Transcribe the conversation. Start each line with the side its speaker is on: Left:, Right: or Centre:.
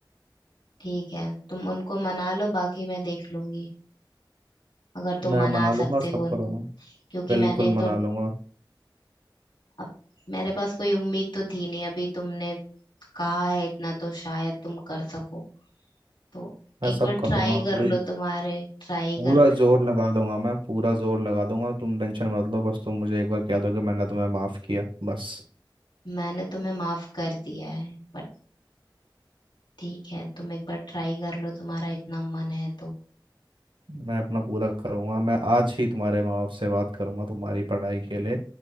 Left: ठीक है तुम उनको मना लो बाकी मैं देख लूंगी अगर तुम
Right: मैं
Left: मना
Right: मना लूंगा
Left: सकते
Right: सब
Left: हो उनको
Right: करूंगा
Left: क्योंकि
Right: बिल्कुल
Left: मैंने
Right: मना
Left: तो
Right: लूंगा
Left: अब मेरे पास कोई उम्मीद तो थी नहीं अभी तुमने कहा है इतना तो शायद तुम कर सको तो
Right: मैं
Left: एक
Right: सब
Left: बार
Right: कर
Left: ट्राई
Right: दूंगा
Left: कर
Right: पूरी
Left: लो तुम्हारे ट्राई
Right: पूरा
Left: कर
Right: जोर लगा दूंगा मैं पूरा जोर लगा दूंगा तुम टेंशन मत लो बस तुम मुझे एक बार कह दो कि मैंने तुम्हें माफ किया बस
Left: मैंने तुम्हें माफ कर दिया है बट ठीक है तुम एक बार ट्राई कर लो तुम्हारा इतना मन है तो
Right: मैं अपना पूरा करूंगा मैं आज ही तुम्हारे माँ बाप से बात करूंगा तुम्हारी पढ़ाई के लिए